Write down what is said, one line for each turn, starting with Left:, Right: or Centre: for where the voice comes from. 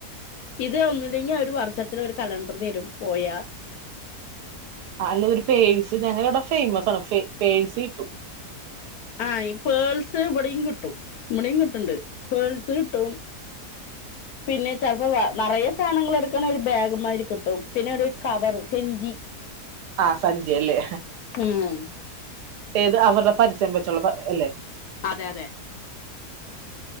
Left: ഇത് ഒന്നില്ലെങ്കിൽ ഒരു വർഷത്തില ഒരു കലണ്ടർ തരും പോയാ
Right: ആ അല്ല ഒരു പേഴ്സ് ഞങ്ങ അവിടെ ഫേയ്മസ് ആണ് ഫേ പേഴ്സ് കിട്ടു
Left: ആ ഇമ്മണിം കിട്ടുണ്ട് പേഴ്സ് കിട്ടും പിന്നെ ചെിലപ്പോവ നിറയെ സാനങ്ങൾ എടുക്കണ ഒരു ബാഗ്മാതിരി കിട്ടും പിന്നെ ഒരു കവർ ചെഞ്ചി
Right: ആഹ് സഞ്ചിയല്ലേ
Left: ഉം
Right: ഏത് അവരുടെ പരസ്യം വെച്ചുള്ള പ അല്ലേ
Left: അതെ അതെ